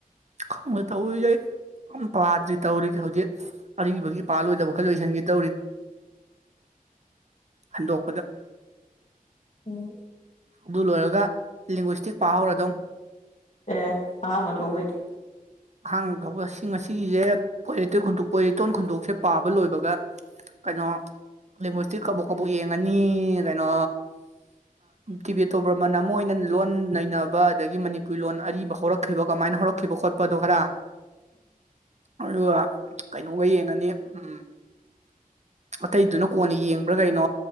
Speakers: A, on the right (about 50°); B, on the left (about 55°).
A: <unintelligible> ꯑꯝ ꯄꯥꯗ꯭ꯔꯤ ꯇꯧꯔꯤꯁꯦ ꯍꯧꯖꯤꯛ ꯑꯔꯤꯕꯒꯤ ꯄꯥꯜꯂꯣꯏꯗꯕ ꯈꯔ ꯂꯣꯏꯁꯤꯟꯒꯦ ꯇꯧꯔꯤ꯫ ꯍꯟꯗꯣꯛꯄꯗ
B: ꯑꯣ꯫
A: ꯑꯗꯨ ꯂꯣꯏꯔꯒ ꯂꯤꯡꯒꯣꯏꯁꯇꯤꯛ ꯄꯥꯍꯧꯔꯗꯧ꯫
B: ꯑꯦ ꯑꯍꯝꯕ ꯊꯣꯛꯄꯩꯗꯤ
A: ꯑꯍꯥꯟꯕ ꯊꯣꯛꯄꯗꯨ ꯉꯁꯤꯒꯤꯁꯦ ꯄꯣꯏꯇꯤꯞ ꯄꯣꯏꯔꯇꯣꯟ ꯈꯨꯟꯗꯣꯛꯁꯦ ꯄꯥꯕ ꯂꯣꯏꯕꯒ ꯀꯩꯅꯣ ꯂꯦꯡꯒ꯭ꯋꯦꯁꯇꯤ ꯀꯕꯣꯛ ꯀꯕꯣꯛ ꯌꯦꯡꯉꯅꯤ ꯀꯩꯅꯣ꯫ ꯇꯤꯕꯦꯇꯣ ꯕ꯭ꯔꯃꯟ ꯑꯃ ꯑꯣꯏꯅ ꯂꯣꯟ ꯅꯩꯅꯕ ꯑꯗꯒꯤ ꯃꯅꯤꯄꯨꯔꯤ ꯂꯣꯟ ꯑꯔꯤꯕ ꯍꯧꯔꯛ ꯈꯤꯕ ꯀꯃꯥꯏꯅ ꯍꯧꯔꯛꯈꯤꯕ ꯈꯣꯠꯄꯗꯨ ꯈꯔ꯫ ꯑꯗꯨꯒ ꯀꯩꯅꯣꯒ ꯌꯦꯡꯉꯅꯤ ꯎꯝ꯫ ꯑꯇꯩꯗꯨꯅ ꯀꯣꯟꯅ ꯌꯦꯡꯕ꯭ꯔꯥ ꯀꯩꯅꯣ